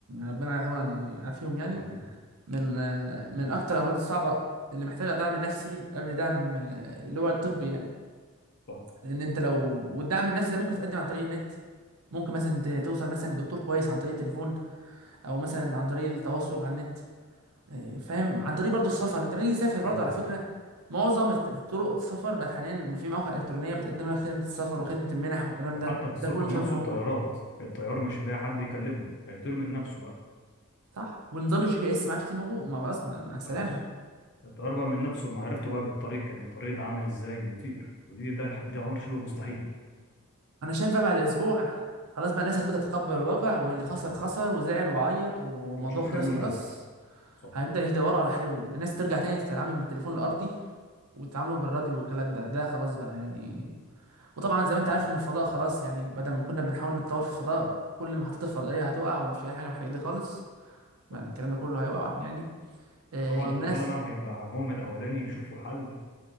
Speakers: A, on the right (about 85°); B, on the left (about 55°).
A: ربنا طبعا يعافيهم يعني
B: يعني
A: من آه، من اكتر الامراض الصعبه اللي محتاجه دعم نفسي قبل دعم آه، اللي هو الطبي يعني
B: صح
A: لان انت لو والدعم النفسي ده ممكن تقدم عن طريق النت ممكن مثلا ت- توصل مثلا لدكتور كويس عن طريق التليفون او مثلا عن طريق التواصل على النت إيه، فاهم عن طريق برضو السفر انت لما تيجي تسافر برضو
B: فاهم
A: على فكره
B: اه
A: معظم الت- طرق السفر بقت حاليا في مواقع الكترونيه بتقدم لك خدمه السفر وخدمه المنح والكلام
B: وحتى
A: ده
B: في السفر
A: ده كله مش
B: نفسه
A: هيبقى موجود
B: الطيارات الطيار مش هيلاقي حد يكلمه هيطير من نفسه بقى
A: صح ونظام الجي بي اس ما عادش ليه موجود ما خلاص مع السلامه
B: خلاص اتقرب من نفسه بمعرفته بقى بالطريق كان الطريق ده عامل ازاي ويطير ودي ده دي امر شبه مستحيل
A: انا شايف بقى بعد اسبوع خلاص بقى الناس هتبدا تتقبل الواقع واللي خسر خسر وزعل وعيط والموضوع
B: وتشوف
A: خلص
B: حلول
A: خلاص
B: بقى صح
A: هيبدا يدوروا على حلول الناس ترجع تاني تتعامل من التليفون الارضي وتتعاملوا بالراديو والكلام ده ده خلاص بقى يعني
B: تمام
A: وطبعا زي ما انت
B: خلاص
A: عارف ان الفضاء خلاص يعني بدل ما كنا بنحاول نتطور في الفضاء كل محطات الفضائيه هتقع ومفيش اي حاجه من الحاجات دي خالص
B: صح
A: ما الكلام ده كله هيقع يعني آه،
B: وطبعا
A: الناس
B: العلماء هيبقى همهم الاولاني يشوفوا حل